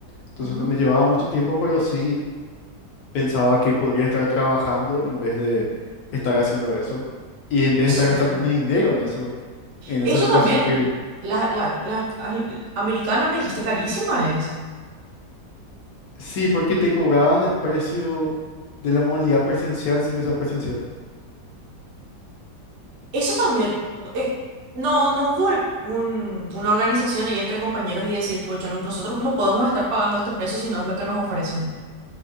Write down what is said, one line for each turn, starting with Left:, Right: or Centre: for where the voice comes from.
Left: Entonces
Right: ujú.
Left: no me llevaba mucho tiempo, pero sí pensaba que podría estar trabajando en vez de estar haciendo eso. Y en vez de estar
Right: Sí.
Left: gastando mi dinero en eso, en
Right: Eso
Left: esa educación
Right: también.
Left: que,
Right: La, la, la ani- americana me dijiste carísima es.
Left: Sí, porque te cobraban el precio de la modalidad presencial sin que sea presencial.
Right: Eso también. eh, no, no hubo un- una organización ahí entre compañeros y decir, tipo, yo no- nosotros no podemos estar pagando este precio si no es lo que nos ofrecen.